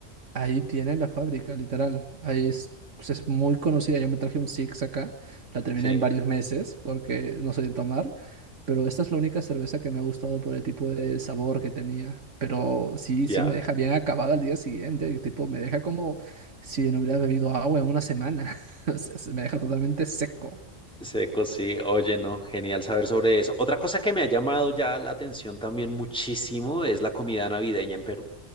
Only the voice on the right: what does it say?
Ahí tienen la fábrica, literal. Ahí es, pues es muy conocida. Yo me traje un Six acá. La terminé
en varios meses porque no soy de tomar. Pero esta es la única cerveza que me ha gustado por el tipo de sabor que tenía. Pero sí,
sí me deja bien acabada al día siguiente. y Tipo, me deja como si no hubiera bebido agua en una semana. <laughs> O sea, se me deja totalmente seco.